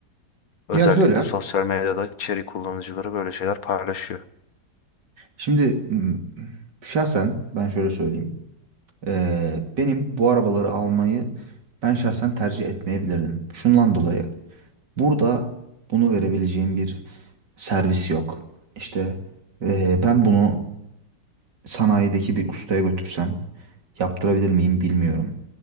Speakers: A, on the left; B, on the right.
A: Özellikle
B: Ya şöyle.
A: sosyal medyada Chery kullanıcıları böyle şeyler paylaşıyor.
B: Şimdi m, şahsen ben şöyle söyleyeyim. Ee, benim bu arabaları almayı ben şahsen tercih etmeyebilirdim. Şundan dolayı burada bunu verebileceğim bir servis yok. İşte ee, ben bunu sanayideki bir ustaya götürsem yaptırabilir miyim bilmiyorum.